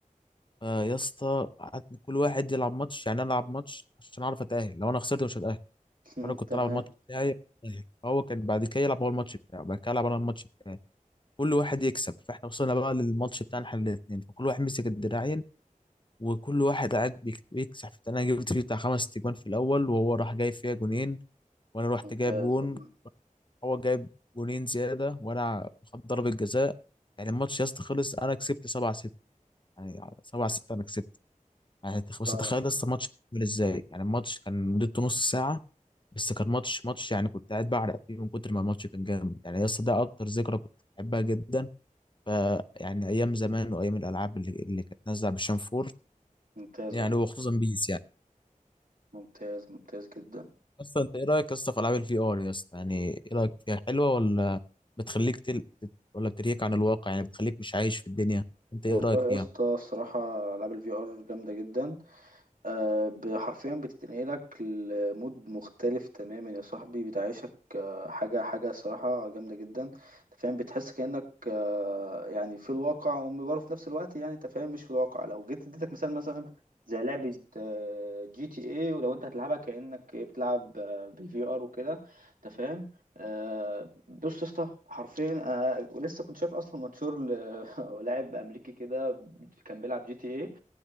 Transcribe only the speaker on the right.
<laughs>
تمام
ممتاز
والله
آه،
ممتاز
والله
يا اسطى.
ممتاز ممتاز جدا
والله
يا اسطى الصراحة ألعاب الفي ار جامدة جدا آه، ب- حرفيا بتتنقلك لمود مختلف تماما يا صاحبي بتعيشك آه، حاجة حاجة صراحة جامدة جدا انت فاهم بتحس كأنك آه، يعني في الواقع ومبره في نفس الوقت يعني انت فاهم مش في الواقع لو جيت اديتك مثال مثلا زي لعبة آه، جي تي اي ولو انت هتلعبها كأنك إيه، بتلعب بالفي ار وكده انت فاهم آه، بص يا اسطى حرفيا آه، ولسه كنت شايف اصلا منشور ل- <laughs> لاعب امريكي كده كان بيلعب جي تي اي